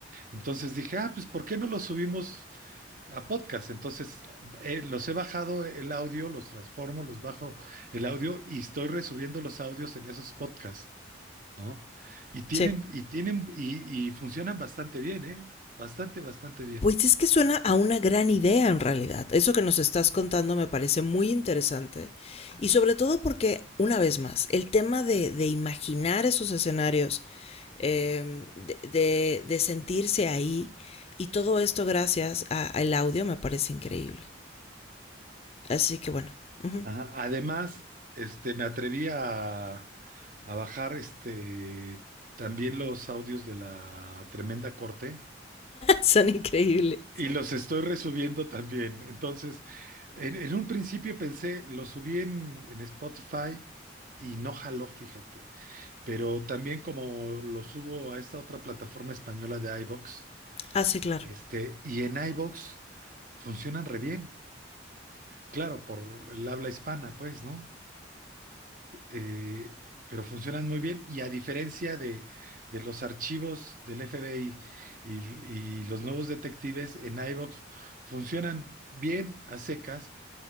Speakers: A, on the right; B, on the left.
A: Entonces dije, ah, pues, ¿por qué no los subimos a podcast? Entonces, eh, los he bajado el audio, los transformo, los bajo el audio y estoy resubiendo los audios en esos podcasts, ¿no? Y tienen,
B: Sí.
A: y tienen, y, y funcionan bastante bien, ¿eh? Bastante, bastante bien.
B: Pues es que suena a una gran idea en realidad. Eso que nos estás contando me parece muy interesante. Y sobre todo porque, una vez más, el tema de, de imaginar esos escenarios, eh, de, de, de, sentirse ahí, y todo esto gracias al audio me parece increíble. Así que bueno, uh -huh.
A: Ajá. Además, este, me atreví a, a bajar este, también los audios de la Tremenda Corte
B: <laughs> son increíbles.
A: y los estoy resubiendo también. Entonces, en, en un principio pensé, lo subí en, en Spotify y no jaló, fíjate. Pero también como lo subo a esta otra plataforma española de iVoox,
B: Ah, sí, claro.
A: este, y en iVoox funcionan re bien. Claro, por el habla hispana, pues, ¿no? eh, pero funcionan muy bien y a diferencia de, de los archivos del FBI y, y los nuevos detectives en iVoox, funcionan bien a secas,